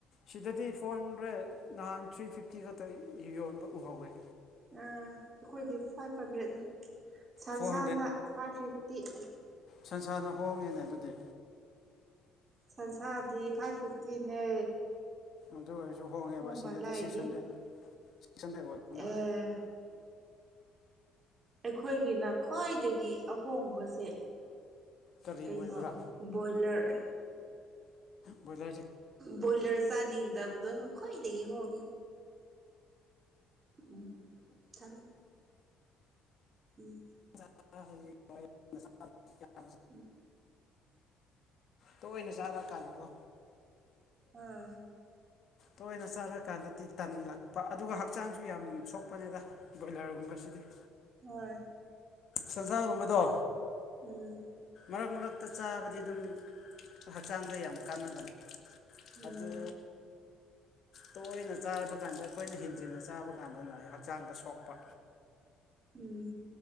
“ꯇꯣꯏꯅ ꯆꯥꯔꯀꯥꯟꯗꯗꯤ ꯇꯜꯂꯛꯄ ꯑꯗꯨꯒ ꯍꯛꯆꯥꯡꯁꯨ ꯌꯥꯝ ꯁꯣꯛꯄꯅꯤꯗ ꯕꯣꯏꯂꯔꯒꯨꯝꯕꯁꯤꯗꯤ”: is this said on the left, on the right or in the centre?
Left